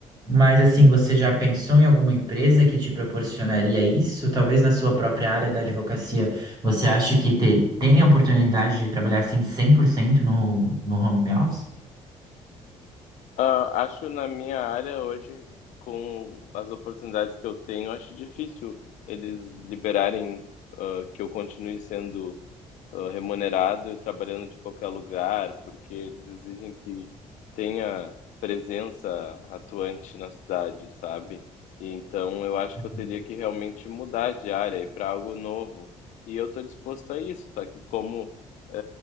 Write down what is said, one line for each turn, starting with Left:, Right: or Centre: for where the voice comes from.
Right: Mas assim, você já pensou em alguma empresa que te proporcionaria isso? Talvez na sua própria área da advocacia, você acha que te- tem a oportunidade de trabalhar assim 100% no, no home office?
Left: Ah, acho na minha área hoje, com as oportunidades que eu tenho, acho difícil eles liberarem, ah, que eu continue sendo ah, remunerado e trabalhando de qualquer lugar, porque eles exigem que tenha presença atuante na cidade, sabe? E então eu acho
Right: Uhum.
Left: que eu teria que realmente mudar de área e para algo novo. E eu estou disposto a isso, só que como eh,